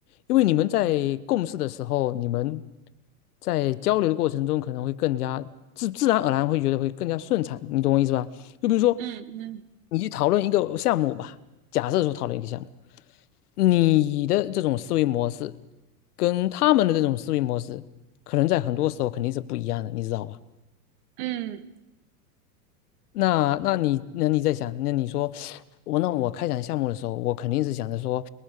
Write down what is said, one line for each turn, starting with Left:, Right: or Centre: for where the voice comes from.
Left: 因为你们在共事的时候，你们在交流的过程中可能会更加自自然而然会觉得会更加顺畅，你懂我意思吧？就比如说，
Right: 嗯嗯
Left: 你去讨论一个项目吧，假设说讨论一个项目，你的这种思维模式跟他们的这种思维模式，可能在很多时候肯定是不一样的，你知道吧？
Right: 嗯
Left: 那那你那你在想，那你说我那我开展项目的时候，我肯定是想着说，